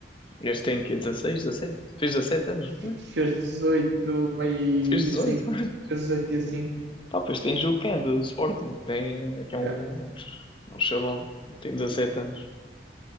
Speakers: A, on the left (about 30°); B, on the right (about 80°).
A: Este tem que 16 17? Fez 17 anos,
B: F-
A: não foi?
B: Fez 18 para aí
A: Fez
B: dia
A: dezoito
B: 5.
A: <laughs>
B: Fez 18 dia cinco
A: Pá, pois tens o Kenda do Sporting, tem, que é um,
B: Yeah.
A: é um chaval, tem 17 anos.